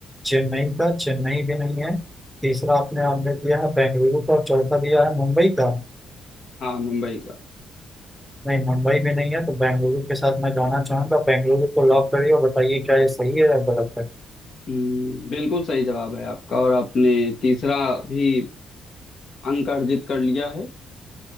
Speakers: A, in the centre; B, on the left.
A: चेन्नई का चेन्नई भी नहीं है तीसरा आपने आपने दिया है बेंगलुरु का और चौथा दिया है मुंबई का
B: हाँ मुंबई का
A: नहीं मुंबई भी नहीं है तो बेंगलुरु के साथ मैं जाना चाहूंगा बेंगलुरु को लॉक करिए और बताइए क्या ये सही है या गलत है
B: हम्म, बिल्कुल सही जवाब है आपका और आपने तीसरा भी अंक अर्जित कर लिया है